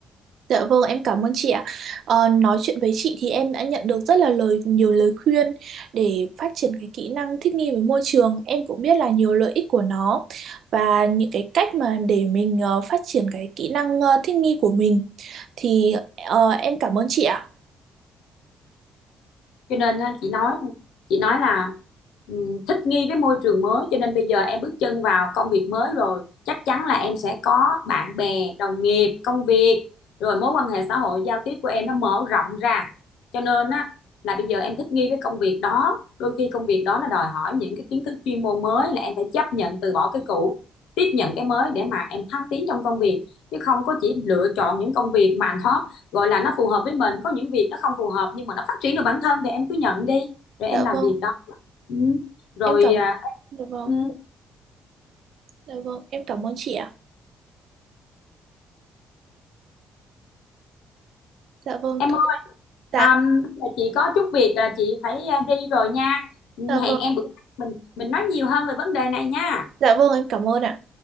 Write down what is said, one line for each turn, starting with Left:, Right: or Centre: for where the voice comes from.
Right: Dạ vâng, em cảm ơn chị ạ. Ờ, nói chuyện với chị thì em đã nhận được rất là lời nhiều lời khuyên để phát triển cái kỹ năng thích nghi với môi trường. Em cũng biết là nhiều lợi ích của nó và những cái cách mà để mình ờ, phát triển cái kỹ năng ờ, thích nghi của mình thì ờ, em cảm ơn chị ạ.
Left: cho nên á, chị nói chị nói là ừm, thích nghi với môi trường mới cho nên bây giờ em bước chân vào công việc mới rồi chắc chắn là em sẽ có bạn bè đồng nghiệp công việc rồi mối quan hệ xã hội giao tiếp của em nó mở rộng ra cho nên á là bây giờ em thích nghi với công việc đó đôi khi công việc đó nó đòi hỏi những cái kiến thức chuyên môn mới là em phải chấp nhận từ bỏ cái cũ tiếp nhận cái mới để mà em thăng tiến trong công việc chứ không có chỉ lựa chọn những công việc mà nó gọi là nó phù hợp với mình có những việc nó không phù hợp nhưng mà nó phát triển được bản thân thì em cứ nhận đi rồi
Right: Dạ
Left: em làm
Right: vâng,
Left: việc đó ừ. rồi
Right: em cảm
Left: à,
Right: Dạ vâng,
Left: ừ,
Right: dạ vâng, em cảm ơn chị ạ. Dạ vâng,
Left: em
Right: thôi.
Left: ơi
Right: Dạ,
Left: à, là chị có chút việc là chị phải à, đi rồi nha Ừ,
Right: dạ vâng.
Left: hẹn em bữa khác mình mình nói nhiều hơn về vấn đề này nha
Right: Dạ vâng, em cảm ơn ạ.